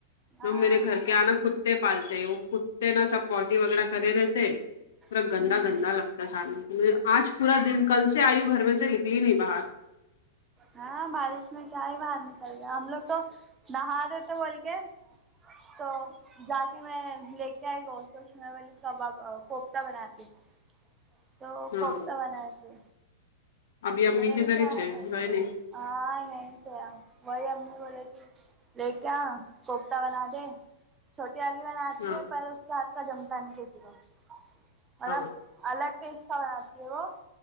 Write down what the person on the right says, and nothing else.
ہاں
تو
ہوں
ہاں بارش میں کیا ہی باہر نکل گیا ہم لوگ تو نہاں رہے تھے بول کے تو جا کے میں لے کے آئی گوشت ووشت میں بولی کباب کوفتہ بناتے ہیں تو
کوفتے بنائیے تھے
میں نے
بھی کیا
آگہ
ہاں یہیں تھے وہی امی بولے کی لیں کے آ کوفتہ بناتے چھوٹی علی بناتی
ہے پر اس کا ہاتھ کا جمتا نہیں کسی کو مطلب
الگ پیستا بناتی ہے وہ